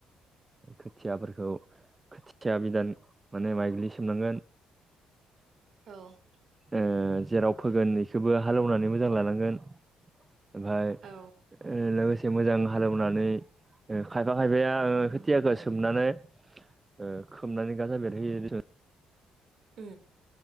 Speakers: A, on the right; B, on the right.
A: खोथियाफोरखौ खोथिया बिदान माने माइग्लिसोमनांगोन
B: औ
A: ओ जेराव फोगोन बेखौबो हालेवनानै मोजां लानांगोन। ओमफ्राय
B: औ
A: लोगोसे एसे मोजां हालौनानै खायफा खायफाया खोथियाखौ सोमनानै ओ खोमनानै गाजा बेरहो
B: उ